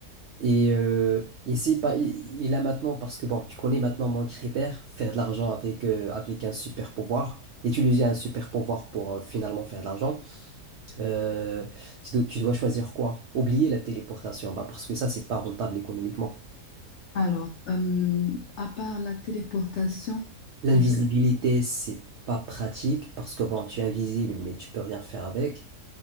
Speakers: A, on the right (about 80°); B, on the left (about 80°).
A: Et, euh, et si pas, il il a maintenant, parce que bon, tu connais maintenant mon critère, faire de l'argent avec, euh, avec un super pouvoir, utiliser un super pouvoir pour euh, finalement faire de l'argent, euh, tu dois, tu dois choisir quoi? Oublier la téléportation, bah, parce que ça, c'est pas rentable économiquement.
B: Alors, euh, à part la téléportation,
A: L'invisibilité,
B: est-ce que
A: c'est pas pratique, parce que bon, tu es invisible, mais tu peux rien faire avec.